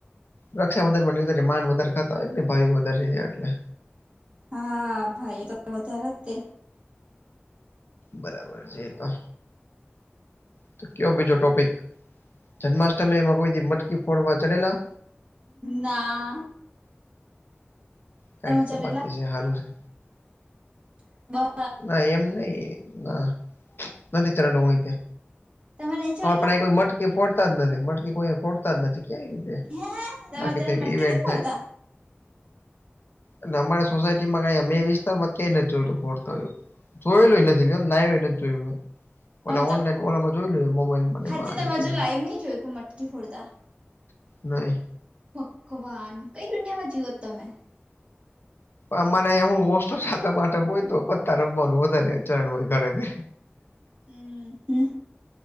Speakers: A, on the left; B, on the right.
A: રક્ષાબંધન માં નહીંતરે માન વધારે ખાતા હોયને ભાઈ યુ વધારે છે એટલે.
B: હા ભાઈ એ તો વધારે જ તે.
A: બરાબર છે એ તો. તો કયો બીજો ટોપિક. જન્માષ્ટમી એમાં કોઈ મટકી ફોડવા ચડેલા?
B: ના
A: કાઈક
B: તમે
A: તો
B: ચઢેલા
A: બાકી છે હારું છે.
B: બ
A: ના એમ નહીં ના નથી ચડેલો હું એ તે.
B: તમે નહી ચઢેલા
A: હ પણ એ કોઈ મટકી ફોડતા જ નથી મટકી કોઈ ફોડતા જ નથી ક્યા
B: હે તમે
A: બાકી
B: ત્યારે
A: તો એવી
B: મટકી
A: ઇવેન્ટ
B: નહી
A: થાય.
B: ફોડતા
A: અને અમારા સોસાયટીમાં કાઈ મેં વિસ્તારમાં ક્યાંય નથી જોયેલું ફોડ તા એવું જોયેલું એ નથી લ્યો ને લાઈવ એ નથી જોયું મે ઓલા
B: અમે તો
A: ઓનલાઈન ઓલામાં જોઈલું મોબાઈલમાં ને
B: હાચે
A: એમાં આવે
B: તમે
A: છે તે
B: હજુ લાઈવ નહી જોયું કે મટકી ફોડતા
A: નહીં.
B: ભગવાન કઈ દુનિયામાં જીઓ તમે?
A: અ મને અહીંયા હું મોસ્ટ સાતમ આઠમ હોય ને તો પત્તા રમવાનું વધારે ચરણ હોય ઘરેથી.
B: અમ હમ